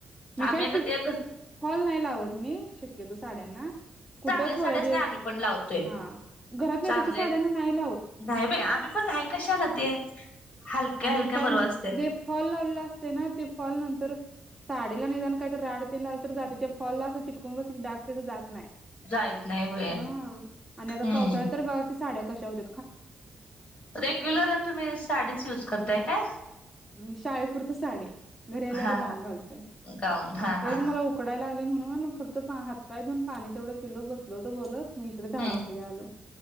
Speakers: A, in the centre; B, on the left (about 40°).
A: मी
B: आम्ही
A: काही
B: आता ते
A: हॉल नाही लावत मी शक्यतो साड्यांना कुठे
B: चांगल्या साड्याच
A: थोडा दिवस
B: नाही आम्ही पण लावतोय
A: हा घरात
B: चांगले
A: सहसा नाही लाव
B: नाही बाई आम्ही पण नाही कशा आला ते हलक्या
A: आणि
B: हलक्या
A: कारण
B: बरं असते.
A: जे फॉल लावलं असते ना ते फल नंतर साडीला नाही जाण काही तर राडते लाग तर जाते त्या फॉलला असं चिटकून बसाग ते तर जात नाही
B: जाईत नाही होय
A: ह आणि
B: हम्म
A: आता पावसाळ्यात तर बघा कि साड्या कश्या होत
B: रेग्युलरला तुम्ही साडीच युज करताय का
A: म शाळेपुरत साडी घरी आल्यावर
B: हा
A: गाऊन
B: हा
A: घालतोय
B: गाऊन हा
A: तेच
B: हा
A: मला उकडाय लागले म्हणून फक्त हातपाय ऊन पाणी तेवढं पिलो बसल होतं बोलत मग इकडे झाडाखाली
B: हम्म
A: आलो.